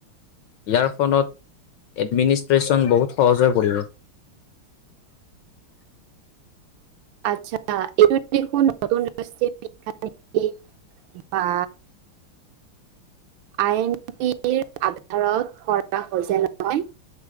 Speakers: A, on the left (about 75°); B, on the right (about 75°).
A: ইয়াৰ ফলত এডমিনিষ্ট্ৰেশ্যন বহুত সহজ হৈ পৰিব।
B: আচ্ছা, এইটো দেখোন নতুন <unintelligible> শিক্ষা নীতী বা আইন পিৰ আধাৰত কৰা হৈছে নহয়?